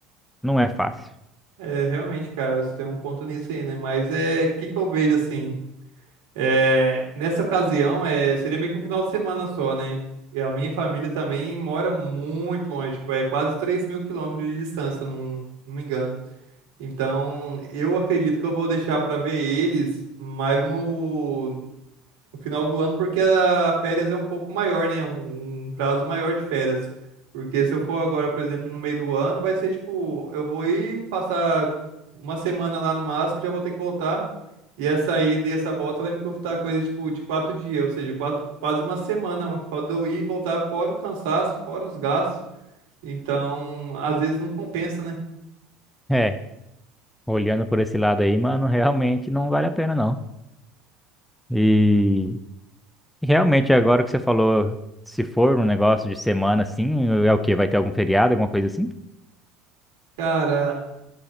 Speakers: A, in the centre; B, on the right.
A: não é fácil.
B: É, realmente, cara, você tem um ponto nisso aí, né? Mas é, o que que eu vejo assim? É, nessa ocasião, é, seria meio que um final de semana só, né? E a minha família também mora muito longe, tipo, é quase 3 mil quilômetros de distância, eu não, não me engano. Então, eu acredito que eu vou deixar pra ver eles mais no, no final do ano, porque a férias é um pouco maior, né? Um, um prazo maior de férias. Porque se eu for agora, por exemplo, no meio do ano, vai ser tipo, eu vou ir passar uma semana lá no máximo, já vou ter que voltar. E essa ida e essa volta vai me custar coisa tipo de quatro dias, ou seja, quatro, quase uma semana, mas só de eu ir e voltar, fora o cansaço, fora os gastos. Então, às vezes não compensa, né?
A: É, olhando por esse lado aí, mano, <laughs> realmente não vale a pena não. E realmente agora que você falou, se for um negócio de semana assim, é o quê? Vai ter algum feriado, alguma coisa assim?
B: Cara,